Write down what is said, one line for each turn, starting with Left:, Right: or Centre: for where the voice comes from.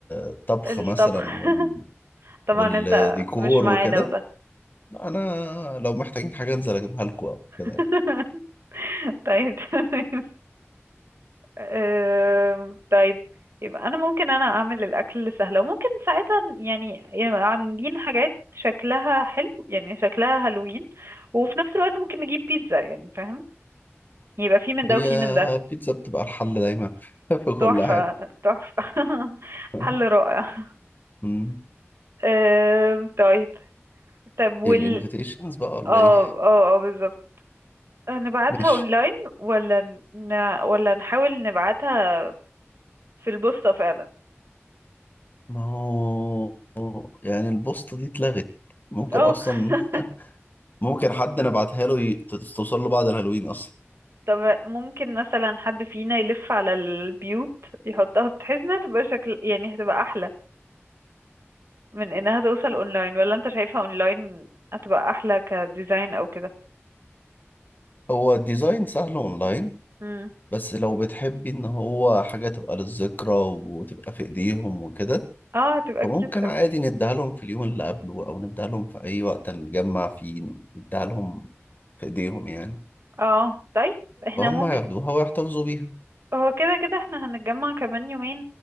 Left: الطبخ
Right: الطبخ
Left: مثلا وال...
Right: <laughs> طبعا
Left: والديكور
Right: انت مش معانا
Left: وكده
Right: في ده
Left: لا، انا لو محتاجين حاجه انزل اجيبها لكم او
Right: <laughs>
Left: كده يعني.
Right: طيب تمام. آم، طيب يبقى انا ممكن انا اعمل الاكل سهله وممكن ساعتها يعني يبقى عاملين حاجات شكلها حلو يعني شكلها هالوين وفي نفس الوقت ممكن نجيب بيتزا يعني فاهم يبقى في من ده
Left: هي
Right: وفي من ده
Left: بيتزا بتبقى الحل دايما <laughs> في كل
Right: تحفه
Left: حاجه
Right: تحفه <laughs>
Left: <laughs>
Right: حل رائع
Left: مم.
Right: أم، طيب طب وال
Left: الانفيتيشنز بقى ولا
Right: اه
Left: ايه
Right: اه اه بالظبط هنبعتها
Left: ماشي
Right: اونلاين ولا ن... ولا نحاول نبعتها في البوسطة فعلا
Left: ما هو يعني البوسطه دي اتلغت ممكن
Right: اه
Left: اصلا
Right: <laughs>
Left: <laughs> ممكن حد نبعتها له ي... توصل له بعد الهالوين اصلا
Right: طب ممكن مثلا حد فينا يلف على البيوت يحطها بحيث انها تبقى شكل يعني هتبقى احلى من انها توصل اونلاين ولا انت شايفها اونلاين هتبقى احلى كديزاين او كده
Left: هو الديزاين سهل اونلاين
Right: امم
Left: بس لو بتحبي ان هو حاجة تبقى للذكرى وتبقى في ايديهم وكده
Right: اه هتبقى
Left: فممكن
Right: كيوت اوي
Left: عادي نديها لهم في اليوم اللي قبله او نديها لهم في اي وقت نجمع فيه نديها لهم في ايديهم يعني
Right: اه طيب احنا
Left: فهم
Right: ممكن
Left: هياخدوها ويحتفظوا بيها
Right: هو كده كده احنا هنتجمع كمان يومين